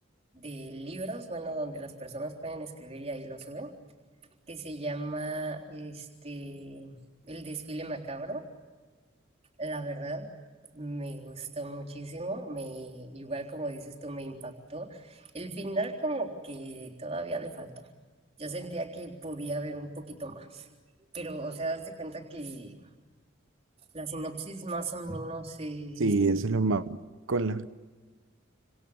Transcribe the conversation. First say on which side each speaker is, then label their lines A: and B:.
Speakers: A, on the right; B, on the right.
A: de libros, bueno, donde las personas pueden escribir y ahí lo suben, que se llama este, El desfile macabro. La verdad, me gustó muchísimo, me, igual como dices tú, me impactó. El final como que todavía le faltó. Yo sentía que podía haber un poquito más, pero, o sea, das de cuenta que la sinopsis más o menos es
B: Sí, eso es lo más... Con la...